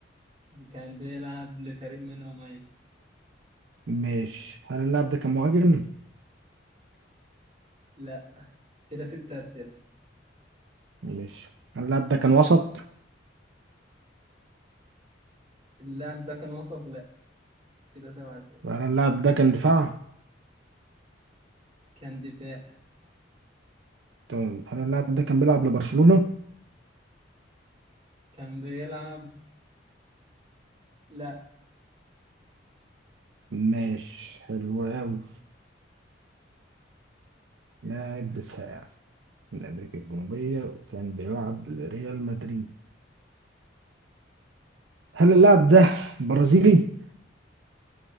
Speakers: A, on the right; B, on the right.
A: كان بيلعب لفريق منهم أيوة
B: ماشي هل اللاعب ده كان مهاجم
A: لا كده ستة أسئلة
B: ماشي هل اللاعب ده كان وسط
A: اللاعب ده كان وسط لا كده سبعة أسئلة
B: هل اللاعب ده كان دفاع
A: كان دفاع
B: طيب هل اللاعب ده كان بيلعب لبرشلونه
A: كان بيلعب لا
B: ماشي حلو أوي لاعب دفاع من أمريكا الجنوبية وكان بيلعب لريال مدريد هل اللاعب ده برازيلي؟